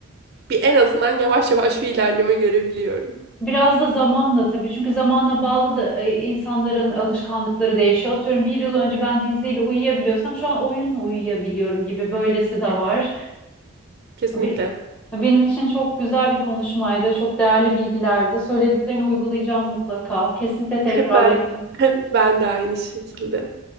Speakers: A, on the right; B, in the centre.
A: Bir en azından yavaş yavaş bir ilerleme görebiliyorum.
B: Biraz da zamanla tabii çünkü zamana bağlı da e, insanların alışkanlıkları değişiyor. Atıyorum bir yıl önce ben diziyle uyuyabiliyorsam şu an oyunla uyuyabiliyorum gibi böylesi de
A: Evet.
B: var.
A: Kesinlikle.
B: Be- Benim için çok güzel bir konuşmaydı, çok değerli bilgilerdi. Söylediklerini uygulayacağım mutlaka. Kesinlikle tekrarlayalım.
A: Hep ben <laughs> ben de aynı şekilde.